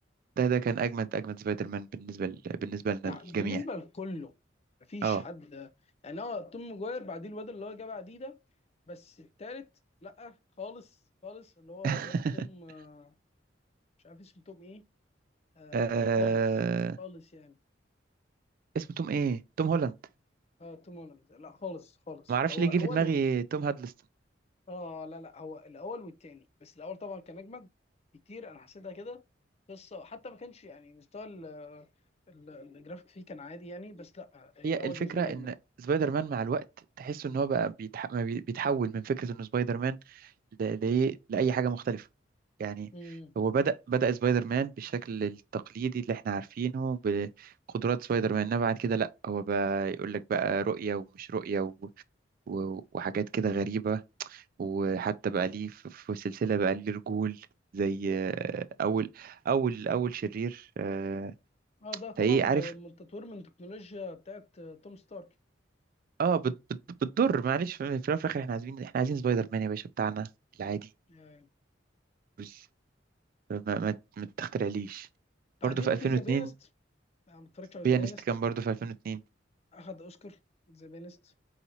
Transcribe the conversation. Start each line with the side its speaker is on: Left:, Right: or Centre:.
Right: ده ده كان اجمد اجمد سبايدر مان بالنسبه ل... بالنسبه لنا
Left: ده
Right: الجميع
Left: بالنسبه لكله مفيش
Right: اه
Left: حد يعني هو توم ماجواير بعديه الواد اللي هو جاب بعديه ده بس التالت لا خالص خالص اللي هو
Right: <laughs>
Left: واد توم آه، مش عارف اسمه توم ايه آه
Right: آه،
Left: خالص خالص يعني
Right: اسمه توم ايه توم هولاند
Left: اه توم هولاند لا خالص خالص
Right: ما اعرفش
Left: هو
Right: ليه جه
Left: اول
Right: في دماغي
Left: و...
Right: توم هادلست
Left: اه لا لا هو الاول والتاني بس الاول طبعا كان اجمد كتير انا حسيتها كده قصه وحتى ما كانش يعني مستوى ال- ال- الجرافيك فيه كان عادي يعني بس لا آه،
Right: هي
Left: الاول
Right: الفكرة
Left: بالنسبه لي
Right: إن سبايدر مان مع الوقت تحس إن هو بقى بيتح... ما بي- بيتحول من فكرة إنه سبايدر مان ل... ل... لأي حاجة مختلفة يعني
Left: اجمد
Right: هو بدأ بدأ سبايدر مان بالشكل التقليدي اللي إحنا عارفينه بقدرات سبايدر مان إنما بعد كده لأ هو بقى يقول لك بقى رؤية ومش رؤية و... و... وحاجات كده غريبة وحتى بقى ليه في... في سلسلة بقى ليه رجول زي آه، أول أول أول شرير آه،
Left: اه ده طبعا
Right: فإيه عارف
Left: بالتطوير من التكنولوجيا بتاعت آه، توم ستارك
Right: اه بت بت بتضر معلش في الأول وفي الاخر احنا عايزين احنا عايزين سبايدر مان يا باشا بتاعنا العادي
Left: يعني
Right: بس ما, ما, ما تخترعليش
Left: بعدين
Right: برضه في 2002
Left: في ذا بيانست انا ما اتفرجتش على
Right: بيانست
Left: ذا بيانست
Right: كان برضه في 2002
Left: اخد اوسكار ذا بيانست